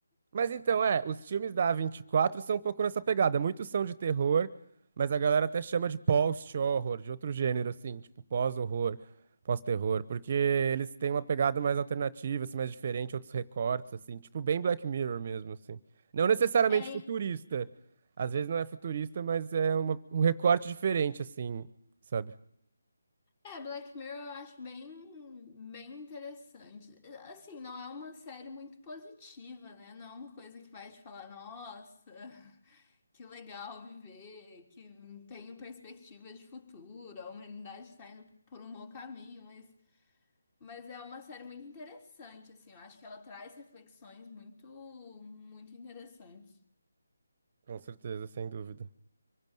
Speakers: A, on the right; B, on the left.
A: Mas então, é, os filmes da A24 são um pouco nessa pegada. Muitos são de terror, mas a galera até chama de post-horror, de outro gênero, assim, tipo pós-horror, pós-terror, porque eles têm uma pegada mais alternativa, assim, mais diferente, outros recortes, assim, tipo bem Black Mirror mesmo, assim. Não necessariamente
B: É,
A: futurista. Às vezes não é futurista, mas é uma- um recorte diferente, assim, sabe?
B: É, Black Mirror eu acho bem, bem interessante. Assim, não é uma série muito positiva, né? Não é uma coisa que vai te falar, nossa, <laughs> que legal viver, que tenho perspectiva de futuro, a humanidade está indo por um bom caminho, mas, mas é uma série muito interessante, assim. Eu acho que ela traz reflexões muito, muito interessantes.
A: Com certeza, sem dúvida.